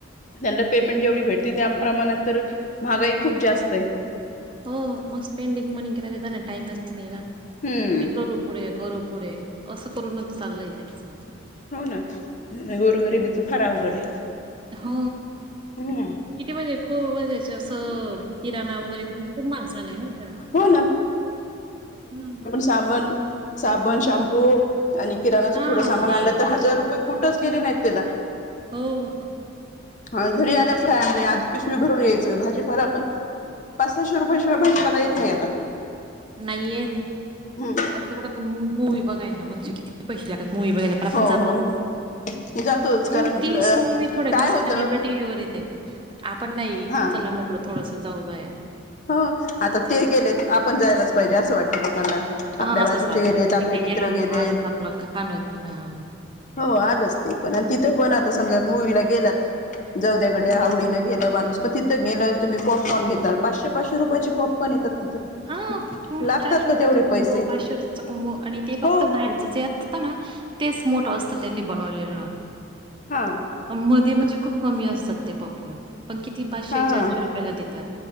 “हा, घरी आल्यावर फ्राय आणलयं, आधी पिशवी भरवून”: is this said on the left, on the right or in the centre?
Left